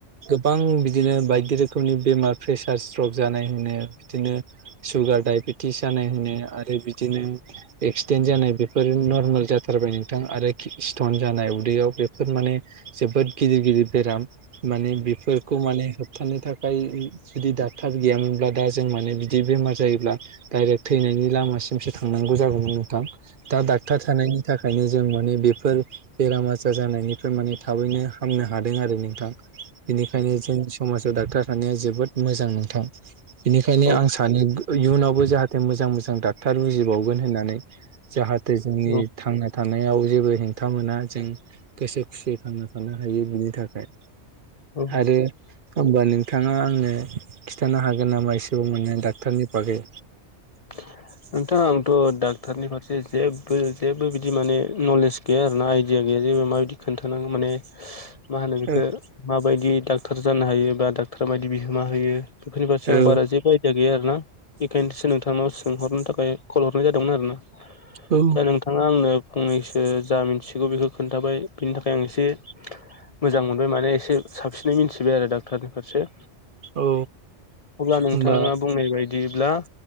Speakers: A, on the right; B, on the left.
A: गोबां बिदिनो बायदि रोखोमनि बेमार प्रेसार स्ट्रक जानाय होनो, बिदिनो सुगार डायबेटिस जानाय होनो आरो बिदिनो एक्सिडेन्ट जानाय बेफोर नरमेल जाथारबाय नोंथां आरो खि स्टन जानाय उदैयाव बेफोर माने जोबोद गिदिर गिदिर बेराम माने बेफोरखौ माने होबथानो थाखाय जुदि डाक्टार गैयामोनब्ला दा जों माने बिदि बेमार जायोब्ला डाइरेक्ट थैनायनि लामासिमसो थांनांगौ जागौमोन नोंथां, दा डाक्टार थानायनि थाखायनो जों माने बेफोर बेराम आजार जानायनिफ्राय माने थाबैनो हामनो हादों आरो नोंथां। बेनिखायनो जोंनि समाजाव डक्टार थानाया जोबोद मोजां नोंथां। बेनिखायनो
B: औ
A: आं सानो इयुनावबो जाहाथे मोजां मोजां डाक्टार उजिबावगोन होननानै। जाहाथे जोंनि
B: औ
A: थांना थानायाव जेबो हेंथा मोना जों गोसो खुसियै थांना थानो हायो बिनि थाखाय।
B: औ
A: आरो होनबा नोंथाङा आंनो खिन्थानो हागोन नामा एसेबाव माने डाक्टरनि बागै।
B: <inaudible> नोंथां आंथ' डाक्टारनि फारसे जेबो जेबो बिदि माने नलेज गैया आरोना आइडिया गैया जेबो माबायदि खोन्थानांगौ माने मा होनो बेखौ
A: औ
B: माबायदि डाक्टर जानो हायो बा डाक्टरा मा बायदि बिहोमा होयो बेफोरनि फारसे
A: औ
B: आं बारा जेबो आयदिया गैया आरोना इखायनोसो नोंथांनाव सोंहरनो थाखाय कल हरनाय जादोंमोन आरो ना।
A: औ।
B: दा नोंथाङा आंनो फंनैसो जा मिन्थिगौ बेखौ खोन्थाबाय बिनि थाखाय आं एसे मोजां मोनबाय माने एसे साबसिनै मिथिबाय आरो डाक्टरनि फारसे।
A: औ
B: अब्ला नोंथाङा
A: होमबा
B: बुंनाय बायदिब्ला